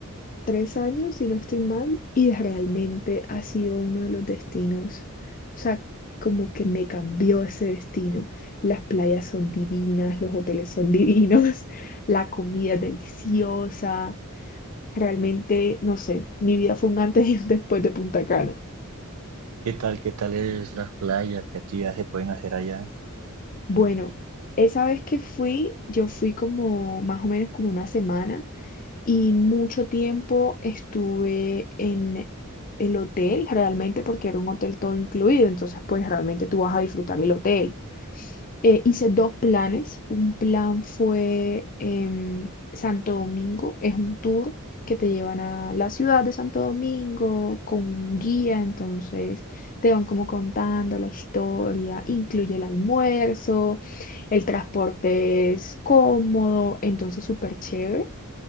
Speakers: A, on the left; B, on the right.
A: tres años, si no estoy mal, y realmente ha sido uno de los destinos, o sea, como que me cambió ese destino. Las playas son divinas, los hoteles son divinos, <laughs> la comida es deliciosa. Realmente, no sé, mi vida fue un antes y un después de Punta Cana.
B: ¿Qué tal, qué tal es las playas? ¿Qué actividades se pueden hacer allá?
A: Bueno, esa vez que fui, yo fui como más o menos como una semana y mucho tiempo estuve en el hotel, realmente porque era un hotel todo incluido, entonces pues realmente tú vas a disfrutar el hotel. Eh, hice dos planes. Un plan fue em, Santo Domingo, es un tour que te llevan a la ciudad de Santo Domingo con un guía, entonces te van como contando la historia, incluye el almuerzo, el transporte es cómodo, entonces súper chévere.